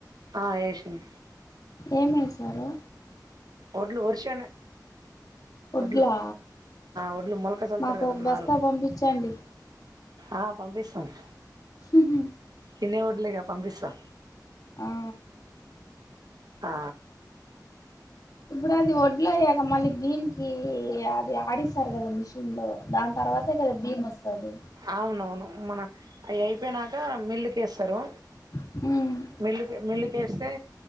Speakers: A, on the right; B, on the left.
A: ఆ ఏషినం
B: ఏమేసారు
A: ఒడ్లు వర్షన
B: వడ్లా
A: వడ్లు వడ్లు మొలక చల్తారు
B: మాకు
A: కదా
B: ఒక
A: నారు
B: బస్తా పంపించండి
A: ఆ పంపిస్తాను
B: ఉహు
A: తినే వడ్లేగా పంపిస్తా
B: ఆ
A: ఆ
B: ఇప్పుడు అది వడ్ల అయ్యాక మళ్ళీ భీమికి అది ఆడిస్తారు కదా మిషన్ లో దాని తర్వాతే కదా భీమ్ వస్తాది
A: అవునవును మన అవి అయిపోయినాక మిల్లుకి వేస్తారు
B: హ్మ్
A: మిల్లుకి మిల్లుకేస్తే